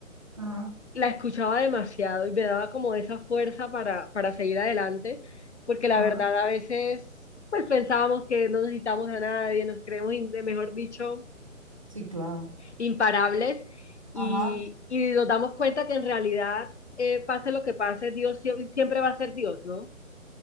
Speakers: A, on the right (about 25°); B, on the left (about 55°).
A: ajá,
B: La escuchaba demasiado y me daba como esa fuerza para, para seguir adelante, porque la
A: ajá.
B: verdad a veces pues pensábamos que no necesitamos a nadie, nos creemos, in- mejor dicho,
A: Sí, claro.
B: imparables y,
A: Ajá.
B: y nos damos cuenta que en realidad, eh, pase lo que pase, Dios sie- siempre va a ser Dios, ¿no?